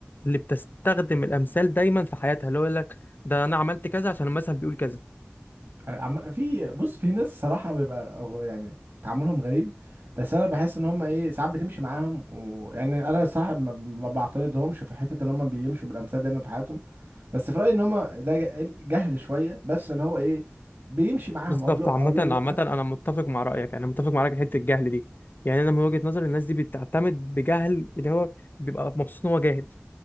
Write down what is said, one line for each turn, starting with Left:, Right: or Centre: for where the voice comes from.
Left: اللي بتستخدم الامثال دايما في حياتها اللي هو يقول لك ده انا عملت كذا عشان المثل بيقول كذا
Right: عم... في بص في ناس صراحة بيبقى غ- يعني تعاملهم غريب بس انا بحس ان هم ايه ساعات بتمشي معاهم ويعني انا صراحة ما, ما بعترضهمش في حتة ان هم بيمشوا بالامثال دايما في حياتهم بس في رأيي ان هم ده ج- جهل شوية بس اللي هو ايه بيمشي معاهم
Left: بالظبط
Right: اقول له
Left: عامة
Right: اقول لهم
Left: عامة
Right: لا
Left: انا متفق مع رأيك انا متفق مع رأيك في حتة الجهل دي يعني انا من وجهة نظري الناس دي بتعتمد بجهل اللي هو بيبقى مبسوط ان هو جاهل